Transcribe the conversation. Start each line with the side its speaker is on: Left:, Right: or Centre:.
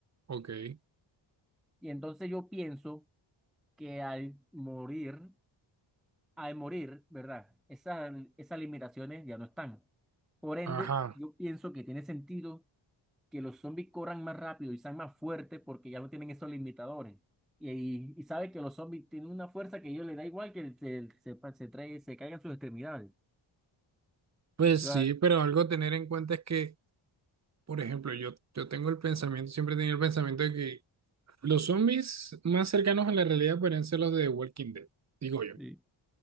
Right: Ok,
Centre: Y entonces yo pienso que al morir, al morir, ¿verdad? Esas, esas limitaciones ya no están. Por ende,
Right: ajá.
Centre: yo pienso que tiene sentido que los zombies corran más rápido y sean más fuertes porque ya no tienen esos limitadores. Y, y, y sabe que los zombies tienen una fuerza que a ellos les da igual que se, se, se, trae- se caigan sus extremidades.
Right: Pues
Centre: Yo,
Right: sí,
Centre: ah,
Right: pero algo a tener en cuenta es que, por ejemplo, yo, yo tengo el pensamiento, siempre he tenido el pensamiento de que los zombies más cercanos a la realidad podrían ser los de The Walking Dead, digo yo.
Centre: sí,